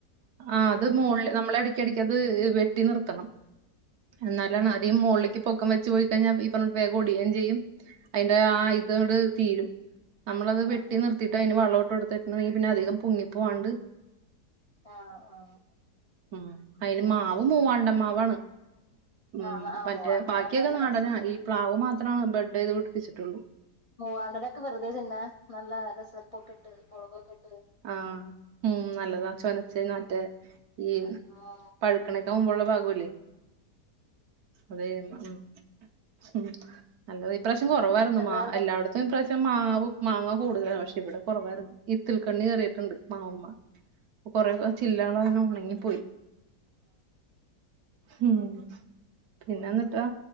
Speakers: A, on the right (about 65°); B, on the left (about 50°).
A: ആ അത് മോളിൽ നമ്മള ഇട യ്ക്കിടക്ക് അത് വെട്ടി നിർത്തണം എന്നാലെ മുകളിലേക്കെ പൊക്കം വെച്ചെ പോയി കഴിഞ്ഞാൽ ഈ പറഞ്ഞട്ട വേഗോടിയേം ചെയ്യും അതിന്റെ ആ
B: ഉം
A: ഇതോട് തീരും നമ്മളത് വെട്ടിനിർത്തിട്ടതിന്
B: ആഹ്
A: വളോടും ടുത്തിട്ടുട്ടെങ്കി പിന്നെ അധികം പൊങ്ങിപ്പോവാണ്ട്
B: ആ ആ
A: ഉം അയിന് മാവ് മൂവാണ്ടമ്മാവാണ് ഉം
B: ആഹ് ആഹ്
A: മറ്റേ
B: മൂവാണ്ടൻ
A: ബാക്കിയൊക്കെ
B: നല്ലതല്ലേ
A: നാടനാ ഈ പ്ലാവ് മാത്രം ആണ് ബെഡ് ചെയ്ത് പിടിപ്പിച്ചിട്ടുള്ളൂ
B: മൂവാണ്ടനൊക്കെ വെറുതെതിന്നാൻ പിന്നെ നല്ല രസൽപ്പൊക്കെ ഇട്ട് മുളകൊക്കെ ഇട്ട്
A: ആ ഉ നല്ലതാ ചൊനച്ചനെ മറ്റെ ഈ
B: ആഹ്
A: പഴക്കണ ഇമ്പോള്ള ഭാഗമല്ലേ അതെ ഊമ് ഉ നല്ലതായി ഇപ്രാവശ്യം കുറവായിരുന്നു
B: ചെറുതായിട്ടൊക്കെ
A: മാങ്ങ എല്ലായിടത്തും ഇപ്രാശം പക്ഷെ മാവു മാങ്ങ കൂടുതലാ പക്ഷെ ഇവിടെ കൊറവായിരുന്നു ഇത്തിൾ കണ്ണി കറയിട്ടുണ്ട് മാവമ്മ കൊറെേ ചില്ലള <unintelligible> ഒണങ്ങിപ്പോയി
B: ആഹ <unintelligible>
A: ങ്ഹൂമ് പിന്നെന്നിട്ടോ